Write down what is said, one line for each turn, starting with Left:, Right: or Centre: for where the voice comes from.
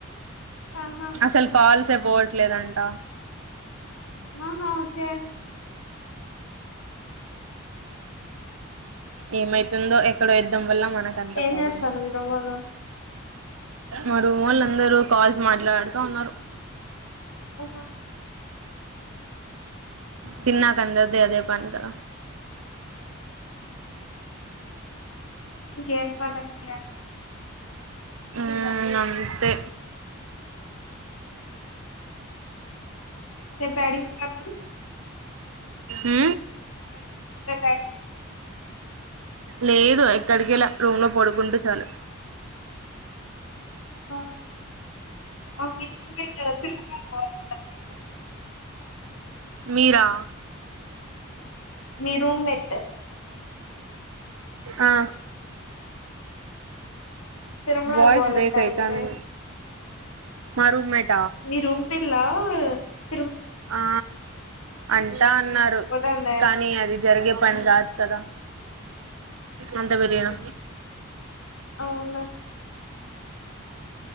Left: ఆహా
Right: అసలు కాల్సే పోవట్లేదంట
Left: ఆహా ఓకే
Right: ఉ ఏమైతుందో ఎక్కడో యుద్ధం వల్ల మనకంత
Left: ఏం
Right: ప్రాబ్లమ్స్
Left: చేస్తాను మీరు వాళ్ళు
Right: మరుమొల్లు అందరూ కాల్స్ మాట్లాడుతా ఉన్నారు
Left: ఓహో
Right: తిన్నాక అందరికి అదేపని కద
Left: ఇంకేం పనుంది ఇగ
Right: ఊ అంతే
Left: రేపు యాడికి పోతన్నావు
Right: ఉ
Left: రేపు రేప యాటి
Right: లేదు ఎక్కడికెలా రూమ్ లో పడుకుంటే చాలు <inaudible>
Left: ఆ, ఆ, మీ రూమ్మేట్ తిరుమలకి పోవాలంటాంది
Right: మీరా
Left: మీ రూమ్ ఎట్
Right: ఆ
Left: తిరుమలకి
Right: వయిస్
Left: పోవాలంట
Right: బ్రేక్
Left: అనింది
Right: అయితాంది మా రూమేట్
Left: మీరూమ్ పిల్లా తిరు
Right: ఆ అంటా అన్నారు
Left: పోతాందా
Right: కానీ అది జరిగే
Left: ఆహా
Right: పని కాదు కదా అంత బిరినా
Left: అవునా